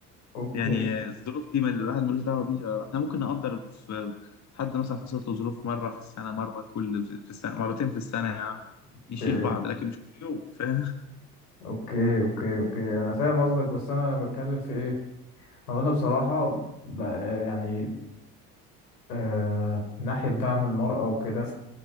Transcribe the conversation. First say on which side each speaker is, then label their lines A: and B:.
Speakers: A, on the left; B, on the left.
A: اوكي
B: يعني الظروف دي ما الواحد ملوش دعوة بيها احنا ممكن نقدر في حد مثلا حصلت له ظروف مرة في السنة مرة كل في في السنة مرتين في السنة يا عم
A: اوكي
B: نشيل بعض لكن مش كل يوم فاهم
A: اوكي اوكي اوكي انا فاهم قصدك بس انا بتكلم في ايه هو أنا بصراحة بقى يعني آه من ناحية دعم المرأة وكده